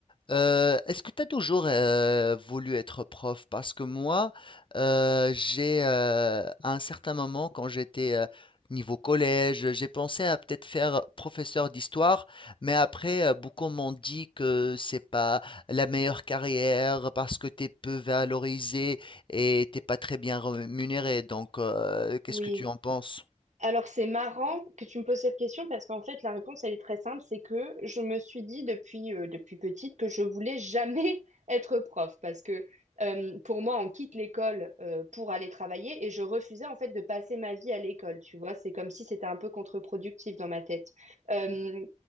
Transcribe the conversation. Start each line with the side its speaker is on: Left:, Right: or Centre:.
Left: Heu, est-ce que tu as toujours, heu, voulu être prof? Parce que moi, heu, j'ai, heu, à un certain moment quand j'étais, heu, niveau collège, j'ai pensé à peut-être faire professeur d'histoire, mais après, heu, beaucoup m'ont dit que c'est pas la meilleure carrière parce que tu es peu valorisé et t'es pas très bien rémunéré. Donc, heu, qu'est-ce
Right: Oui.
Left: que tu en penses?
Right: Alors, c'est marrant que tu me poses cette question parce qu'en fait, la réponse, elle est très simple. C'est que je me suis dit depuis, euh, depuis petite que je voulais jamais <laughs> être prof parce que euh, pour moi, on quitte l'école euh, pour aller travailler et je refusais en fait de passer ma vie à l'école. Tu vois, c'est comme si c'était un peu contre-productif dans ma tête. Euh,